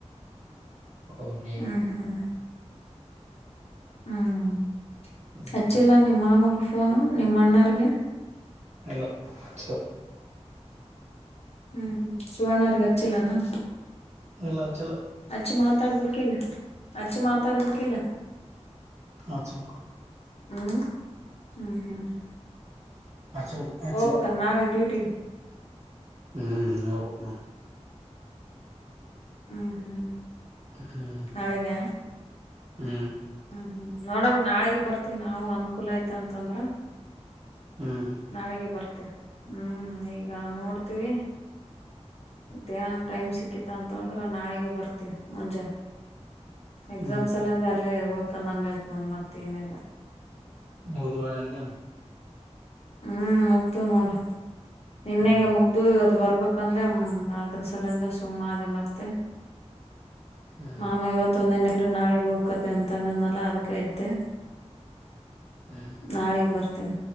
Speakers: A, on the right; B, on the left.
A: ಹೋಗಿ.
B: ಹ್ಮ್ ಹ್ಮ್ ಹ್ಮ್
A: ಹ್ಮ್
B: ಹಚ್ಚಿಲ್ಲ ನಿಮ್ಮ ಮಾಮೂಗ್ ಫೋನು ನಿಮ್ ಅಣ್ಣರಿಗೆ.
A: ಇಲ್ಲ ಆಗಲ್ಲ.
B: ಹ್ಮ್ ಹ್ಮ್ ಶಿವಣ್ಣರಿಗ್ ಹಚ್ಚಿಲೇನು.
A: ಇಲ್ಲಾ ಹಚ್ಚಿಲ್ಲ.
B: ಅಚ್ಚಿ ಮಾತಾಡ್ಬೇಕಿಲ್ಲ ಆಚ್ಚೆ ಮಾತಾಡ್ಬೇಕಲ್ಲ.
A: ಹಚ್ಬೇಕು
B: ಹ್ಮ್ ಹ್ಮ್ ಹ್ಮ್.
A: ಹಚ್ಬೇಕು ಹಚ್ಚ
B: ಹೋಬಕನ್ ನಾಳೆ ಡ್ಯೂಟಿಗೆ.
A: ಹ್ಮ್ ಹೋಬಕ್ ನೋಡ್.
B: ಹ್ಮ್ ಹ್ಮ್
A: ಹ್ಮ್
B: ನಾಳಿಗೆ.
A: ಹ್ಮ್.
B: ಹ್ಮ ನೋಡಮ್ ನಾಳಿಗ್ ಬರ್ತಿವ್ ನಾವು ಅನ್ಕೂಲ್ ಆಯ್ತು ಅಂತಂದ್ರ.
A: ಹ್ಮ್
B: ನಾಳೆಗೆ ಬರ್ತೀವಿ ಹ್ಮ್ ಈಗ ನೋಡ್ತೀವಿ. ಮತೇನ್ ಟೈಮ್ ಸಿಕ್ಕಿತ ಅಂತ ಅಂದ್ರ ನಾಳಿಗೆ ಬರ್ತೀವಿ ಮುಂಜಾನೆ. ಎಕ್ಸಾಮ್ಸ್
A: ಹ್ಮ್
B: ಅಲ್ಲ ಅಂದ ಅಲ್ಲೇ ಉಳ್ಕೊಂದಂಗಯ್ತ್ ನೋ ಮತ್ ಏನಿಲ್ಲ.
A: ಮುಗುದ್ವಾನ್ ಎಕ್ಸಾಮೂ.
B: ಹ್ಮ್ ಮುಗ್ದು ನೋಡು ನಿನ್ನೆಗೆ
A: ಹ್ಮ್
B: ಮುಗ್ದು ಇವತ್. ತ್ ಬರ್ಬೇಕಂದೆ ಹ್ಮ್ಮ್ ಅದ್ರ ಸಲ ಇಂದ ಸುಮ್ನಾದೆ ಮತ್ತೆ.
A: ಹ್ಮ್
B: ಮಾಮ ಇವತ್ತೊಂದೆನ್ ಇರು ನಾಳಿಗ್ ಹೋಕತೆ ಅಂತ್ ಅಂದಿದ್ದ್ನಲ್ಲ ಅದ್ಕ ಇದ್ದೆ.
A: ಹ್ಮ್
B: ನಾಳಿಗ್ ಬರ್ತೇನ್